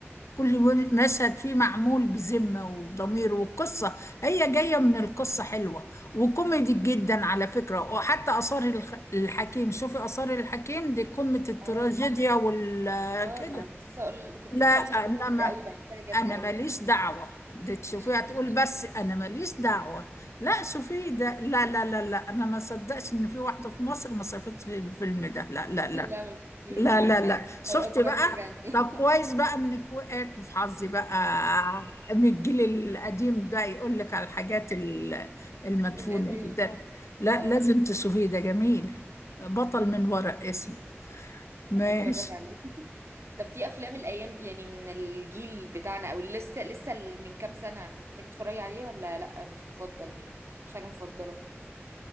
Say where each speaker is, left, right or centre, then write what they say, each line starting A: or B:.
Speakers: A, on the left; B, on the right.
A: كل ون- مشهد فيه معمول بذمة وضمير والقصة هي جاية من القصة حلوة وكوميدي جدا على فكرة وحتى آثار الخ- الحكيم شوفي آثار الحكيم دي قمة التراجيديا
B: اه
A: وال
B: اه
A: كده
B: ما كنت لسه اقول كنت
A: لا
B: لسه اقول لك دي
A: إنما
B: جد قوي بحسها جد
A: أنا
B: قوي
A: ماليش دعوة دي تشوفيها
B: <laughs>
A: تقول بس أنا ماليش دعوة لا شوفيه ده لا لا لا لا أنا ما صدقش إن في واحدة في مصر ما شافتش الفيلم ده لا لا لا
B: لا ما شفتوش
A: لا
B: بجد
A: لا لا شفت
B: هبقى اتفرج
A: بقى
B: عليه
A: طب كويس بقى انك وقعت في حظي بقى من الجيل القديم ده يقول لك على الحاجات ال- المدفونة
B: <laughs> القديم
A: دي. ده لا
B: اه
A: لازم تشوفيه ده جميل بطل من ورق اسمه ماشي
B: هبقى اتفرج عليه <laughs> طب في افلام الايام يعني من الجيل بتاعنا او لسه لسه ال- من كام سنه بتحبي تتفرجي عليه ولا لا مش مفضل يعني مش حاجه مفضله